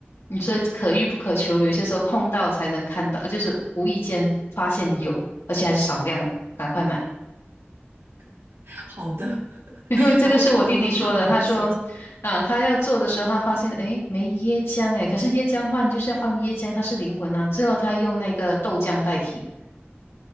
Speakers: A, on the left; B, on the right.
A: 嗯，所以可遇不可求，有些时候碰到才能看到，就是无意间发现有，而且还是少量，赶快买。
B: <laughs> 好的。<laughs>
A: <laughs> 因为这个是我弟弟说的，
B: 然后赶紧上上网去搜索，
A: 他说，啊、他要做的时候，他发现，诶，没椰浆，诶，可是椰浆饭就是要放椰浆，它是灵魂啊。最后他用那个豆浆代替。